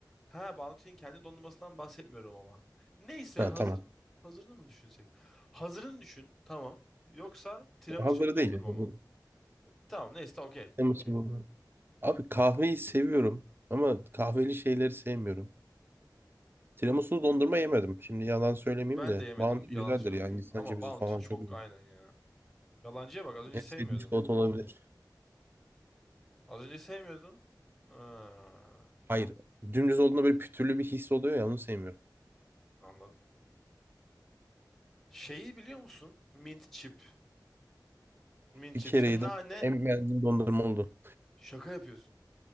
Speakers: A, in the centre; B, on the right.
A: Ha, Bounty'nin kendi dondurmasından bahsetmiyorum ama. Neyse
B: Ha
A: hazır
B: tamam.
A: hazırını mı düşünsek? Hazırını düşün. Tamam. Yoksa tiramisu
B: Havları
A: dondurma
B: değil. yani Bu
A: mı? Tamam neyse okey.
B: tiramisu
A: Okey.
B: Abi kahveyi seviyorum ama kahveli şeyleri sevmiyorum. Tiramisulu dondurma yemedim. Şimdi yalan söylemeyeyim
A: Ben
B: de.
A: de yemedim
B: Bounty
A: yalan
B: güzeldir
A: söylemeyeyim.
B: yani, Hindistan
A: Ama
B: cevizi
A: Bounty
B: falan
A: çok
B: çok güzel.
A: aynen ya. Yalancıya bak az önce
B: En
A: sevmiyordun.
B: sevdiğim çikolata olabilir.
A: Az önce sevmiyordun. Ha,
B: Hayır. Dümdüz olduğunda böyle pütürlü bir his oluyor ya onu sevmiyorum.
A: anladım. Şeyi biliyor musun? Mint chip. Mint
B: Bir
A: chip.
B: kere
A: İşte
B: yedim.
A: nane.
B: En beğendiğim dondurma oldu.
A: Şaka yapıyorsun.